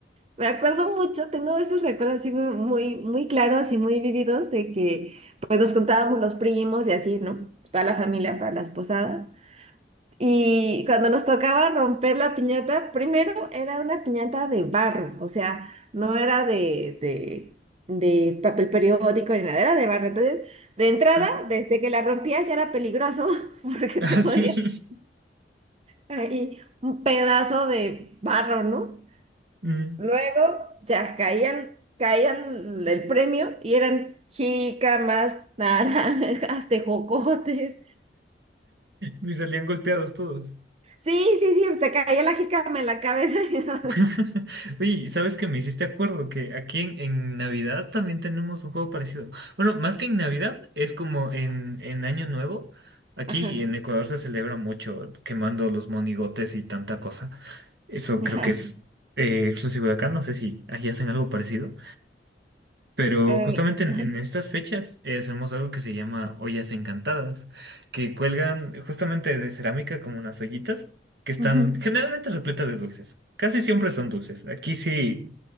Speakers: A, on the right (about 35°); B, on the right (about 65°).
A: Me acuerdo mucho, tengo esos recuerdos así muy, muy, muy claros y muy vividos de que pues nos juntábamos los primos y así, ¿no? Toda la familia para las posadas. Y cuando nos tocaba romper la piñata, primero era una piñata de barro, o sea, no era de, de, de papel periódico ni nada, era de barro. Entonces, de entrada,
B: Ah,
A: desde que la rompías ya era peligroso <laughs> porque
B: ah,
A: te podía
B: sí. <laughs>
A: ahí un pedazo de barro, ¿no?
B: Mm.
A: Luego ya caían, caían el premio y eran jícamas, <laughs> naranjas, tejocotes.
B: Y salían golpeados todos.
A: Sí, sí, sí, se caía la jícama en la cabeza. <laughs>
B: <laughs> Oye, ¿y ¿sabes que me hiciste acuerdo? Que aquí en, en Navidad también tenemos un juego parecido. Bueno, más que en Navidad, es como en, en Año Nuevo. Aquí
A: Ajá,
B: en Ecuador se celebra mucho quemando los monigotes y tanta cosa. Eso
A: ajá,
B: creo que es eh, exclusivo de acá. No sé si allí hacen algo parecido. Pero
A: eh,
B: justamente en,
A: ajá,
B: en estas fechas eh, hacemos algo que se llama ollas encantadas, que cuelgan justamente de cerámica como unas ollitas que están
A: ujú,
B: generalmente repletas de dulces. Casi siempre son dulces. Aquí sí